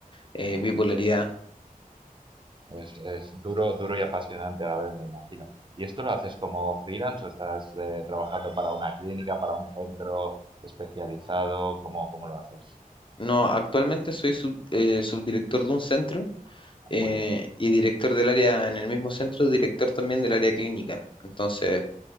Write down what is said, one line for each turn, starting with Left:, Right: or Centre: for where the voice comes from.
Left: eh,
Right: Muy
Left: bipolaridad.
Right: bien. Es, es duro, duro y apasionante a la vez, me imagino. ¿Y esto lo haces como freelance o estás eh, trabajando para una clínica, para un centro especializado? ¿Cómo, cómo lo haces?
Left: No, actualmente soy sub- eh, subdirector de un centro eh,
Right: Muy
Left: y director del área en el mismo centro, director también del área clínica. Entonces,